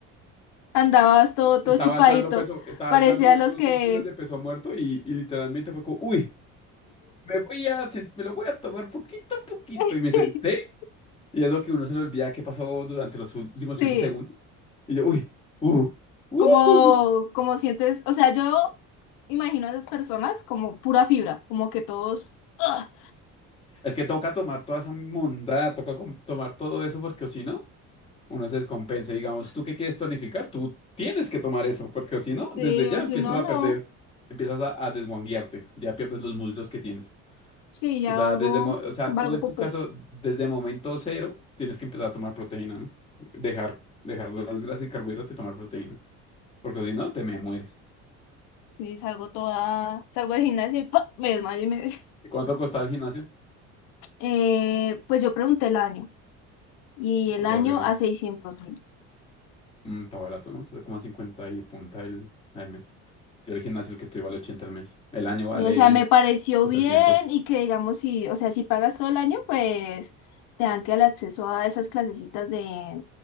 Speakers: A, on the left; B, on the left.
A: Andabas todo, todo
B: estaba
A: chupadito.
B: alzando peso, estaba
A: Parecía
B: alzando unos
A: los que...
B: 100 kilos de peso muerto y, y literalmente fue como, uy. me voy a, sen- me lo voy a tomar poquito a poquito.
A: <laughs>
B: Y me senté. Y es lo que uno se le olvida que pasó durante los últimos
A: Sí,
B: 30 segundos. Y yo, uy, uh, uh,
A: como,
B: <laughs> uh, uh".
A: como sientes, o sea, yo imagino a esas personas como pura fibra, como que todos, ¡ah!
B: Es que toca tomar toda esa mondada, toca com- tomar todo eso porque o si no, uno se descompensa. Digamos, tú que quieres tonificar, tú tienes que tomar eso porque o si no,
A: sí,
B: desde ya
A: o
B: empiezas
A: si no,
B: a
A: no,
B: perder, empiezas a, a desguanguearte, ya pierdes los muslos que tienes.
A: sí, ya
B: O sea,
A: algo,
B: desde, mo- o sea,
A: algo
B: tú en
A: popó,
B: tu caso, desde momento cero, tienes que empezar a tomar proteína, ¿no? Dejar, dejar las grasas y carbohidratos y tomar proteína. Porque si no, te me mueres.
A: sí, salgo toda, salgo del gimnasio y ¡pa! me desmayo y me... <laughs>
B: ¿Y cuánto costaba el gimnasio?
A: Eh, pues yo pregunté el año, y
B: ¿Y
A: el
B: cuánto
A: año
B: vale el año?
A: a seiscientos mil.
B: Mm, está barato, ¿no? Sale como a 50 y punta el, al mes. Yo el gimnasio el que estoy vale 80 al mes. El año vale
A: Y, o sea, me pareció
B: 700.
A: bien y que digamos, si, o sea, si pagas todo el año, pues te dan que el acceso a esas clasecitas de,